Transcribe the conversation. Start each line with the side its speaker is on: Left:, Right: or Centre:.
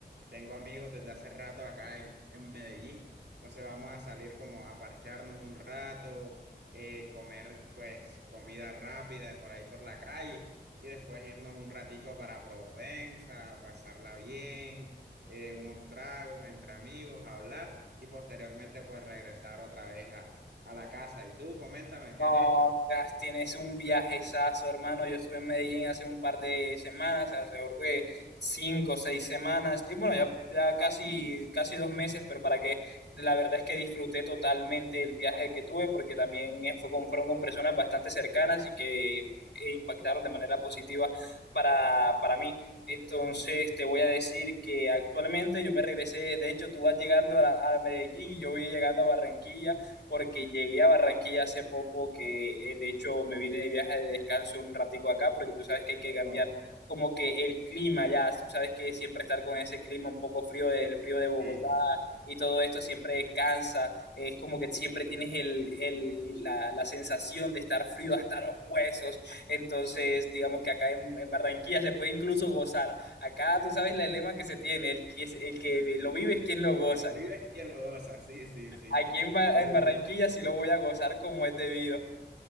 Right: tengo amigos desde hace rato acá en, en Medellín. Entonces vamos a salir como a parcharnos un rato, eh, comer pues comida rápida por ahí por la calle y después irnos un ratico para Provenza, pasarla bien, eh, unos tragos entre amigos, hablar y posteriormente pues regresar otra vez a, a la casa. Y tú, coméntame, ¿qué
Left: No,
Right: has hecho?
Left: tras- tienes un viajezazo, hermano. Yo estuve en Medellín hace un par de semanas, alrededor de cinco o seis semanas. Y bueno, ya, ya casi, casi dos meses, pero para que la verdad es que disfruté totalmente el viaje que tuve, porque también eh, fue con- fueron con personas bastante cercanas y que eh, impactaron de manera positiva para, para mí. Entonces te voy a decir que actualmente yo me regresé, de hecho tú vas llegando a, a Medellín y yo voy llegando a Barranquilla porque llegué a Barranquilla hace poco, que eh, de hecho me vine de viaje de descanso un ratico acá, porque tú sabes que hay que cambiar
Right: No,
Left: como que el clima ya, tú sabes que siempre estar con ese clima un poco frío, el frío de Bogotá
Right: sí, sí,
Left: y todo esto siempre cansa, es como que siempre tienes el, el- la, la sensación de estar frío hasta los huesos, entonces digamos que acá en, en Barranquilla se puede incluso gozar, acá tú sabes la lema que se tiene, el que, el que lo vive es quien lo goza.
Right: que lo vives, quien lo goza, sí, sí, sí.
Left: Aquí en, Ba-
Right: Uy,
Left: en Barranquilla sí lo voy a gozar como es debido.